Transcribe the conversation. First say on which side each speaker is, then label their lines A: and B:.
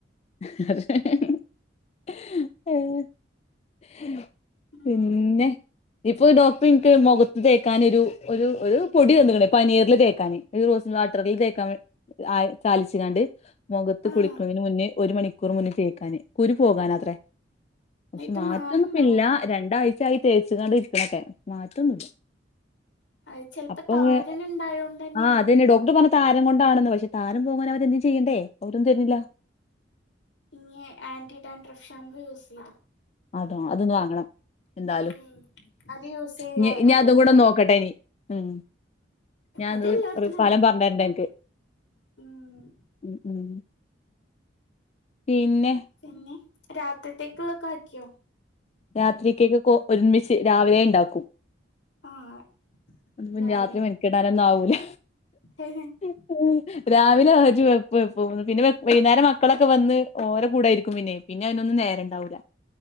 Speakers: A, on the left; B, on the left.
A: ഏ <unintelligible>
B: ഉം
A: പിന്നെ ഇപ്പൊ ഡോക്ടർ ഇനിക്ക് മുഖത്ത് തേക്കാനൊരു ഒരു ഒരു പൊടി തന്നേക്കണ് പനീറില് തേക്കാന് ഒര് റോസിം വാട്ടറിൽ തേക്കാൻ വേ ആഹ് ചാലിച്ചിങ്ങാണ്ട് മൊഖത്ത്
B: ആഹ്
A: കുളിക്കണേന് മുന്നേ ഒരു മണിക്കൂർ മുന്നേ തേക്കാന് കുരു പോകാനാത്രേ പക്ഷെ
B: എന്നിട്ട്
A: മാറ്റൊന്നുംപ്പില്ല
B: മാറുണ്ടോ
A: രണ്ടാഴ്ച്ചായി തേച്ചുങ്ങാണ്ട് ഇരിക്കണക്കെ മാറ്റൊന്നുല്ല
B: അത് ചെലപ്പോ
A: അപ്പം
B: താരൻ
A: വെ
B: ഉണ്ടായോണ്ടന്നെ
A: ആഹ് അതന്നെ ഡോക്ടർ പറഞ്ഞ താരൻ കൊണ്ടാണെന്ന് പക്ഷെ താരൻ പോകാൻ അവരെന്തേലും ചെയ്യണ്ടേ അവരൊന്നും തരുന്നില്ല
B: ഇനീ ആന്റിഡാൻട്രഫ് ഷാംമ്പു യൂസെയ്തു
A: അതാ അതൊന്ന് വാങ്ങണം എന്തായാലും
B: ഉം അത് യൂസ് ചെയ്താല്
A: ഇനി ഇനി അതും കൂടെ
B: കൊറയും
A: നോക്കട്ടെ ഇനി ഉം ഞാനത്
B: അത് എല്ലായിടത്തിലും
A: ഒരു ഫലം
B: ഉണ്ടാവും
A: പറഞ്ഞരണ്ട എൻക്ക്
B: ഉം
A: ഉം ഉം പിന്നെ
B: പിന്നെ രാത്രിത്തേ‌ക്കിള്ളൊക്കെ ആക്കിയോ
A: രാത്രിക്കിക്കെക്കൊ ഒരുമിച്ച് രാവിലെ ഇണ്ടാക്കും
B: ആഹ്
A: അത് പിന്നെ
B: രാവിലെന്നെ
A: രാത്രി മെനക്കിടാനൊന്നും ആവൂല്ല
B: <unintelligible>
A: ഉ <unintelligible> രാവിലെ ആജ് വെപ്പ് വെപ്പും പിന്നെ വെ വൈകുന്നേരം മക്കളൊക്കെ വന്ന് ഓര കൂടേയിരിക്കും പിന്നെ പിന്നെ അയ്നൊന്നും നേരെണ്ടാവൂല്ല